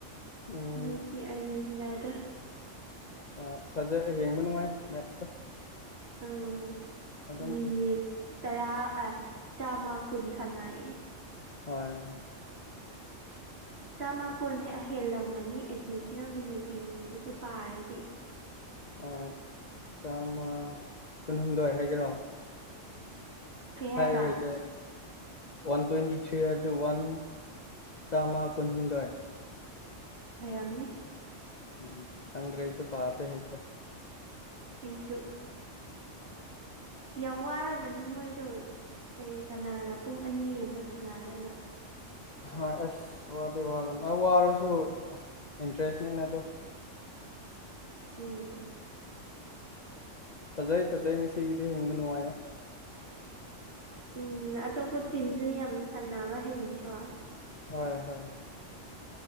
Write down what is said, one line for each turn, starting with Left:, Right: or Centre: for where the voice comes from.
Left: ꯎꯝ
Right: ꯃꯦꯁꯤ ꯑꯔꯖꯦꯟꯇꯤꯅꯥꯗꫭ
Left: ꯑ ꯐꯖꯩ ꯍꯦꯡꯕ ꯅꯨꯡꯉꯥꯏ ꯃꯦꯠꯁꯇꯣ
Right: ꯎꯝ
Left: ꯑꯗꯨꯝ
Right: ꯃꯤꯅꯤꯠ ꯇꯔꯥ ꯑ ꯆꯥꯝꯃ ꯀꯨꯟ ꯁꯥꯟꯅꯩꯌꯦ
Left: ꯍꯣꯏ
Right: ꯆꯥꯝꯃ ꯀꯨꯟ ꯍꯦꯜꯂꯝꯃꯅꯤ ꯑꯦꯗꯤꯁꯅꯦꯜ ꯃꯤꯅꯤꯠ ꯁꯤꯡꯗꯨꯁꯨ ꯄꯥꯔꯗꯤ꯫
Left: ꯑ ꯆꯥꯃ ꯀꯨꯟꯍꯨꯝꯗꯣꯏ ꯍꯥꯏꯒꯦꯔꯣ
Right: ꯀꯩ ꯍꯥꯏꯕ
Left: ꯍꯥꯏ ꯍꯩꯏꯇꯔꯦ ꯋꯥꯟ ꯇ꯭ꯋꯦꯟꯇꯤ ꯊ꯭ꯔꯤ ꯍꯥꯏꯕꯗꯨ ꯋꯥꯟ ꯆꯥꯝꯃ ꯀꯨꯟꯍꯨꯝꯗꯣꯏ
Right: ꯑꯣꯏꯔꯝꯅꯤ
Left: ꯎꯝ ꯈꯪꯗ꯭ꯔꯦ ꯑꯩꯁꯨ ꯄꯥꯕꯗꯤ ꯍꯩꯇ꯭ꯔꯦ
Right: ꯑꯩꯁꯨ ꯌꯥꯝ ꯋꯥꯔꯕꯅꯤ ꯃꯣꯏꯗꯣ ꯀꯩ ꯀꯅꯥꯅ ꯄꯨꯡ ꯑꯅꯤꯒꯨꯝꯕ ꯁꯅꯥꯔꯒ
Left: ꯑ ꯑꯁ ꯋꯥꯗꯦ ꯋꯥꯔ ꯋꯥꯔꯁꯨ ꯏꯟꯇꯔꯦꯁꯅꯦꯅ ꯑꯗꯨ
Right: ꯎꯝ
Left: ꯐꯖꯩ ꯐꯖꯩ ꯉꯥꯁꯤꯒꯤꯗꯤ ꯌꯦꯡꯕ ꯅꯨꯡꯉꯥꯏꯌꯦ
Right: ꯎꯝ ꯑꯇꯣꯞꯄ ꯇꯤꯝꯁꯨ ꯌꯥꯝꯅ ꯁꯥꯟꯅꯕ ꯍꯩꯌꯦꯀꯣ
Left: ꯍꯣꯏ ꯍꯣꯏ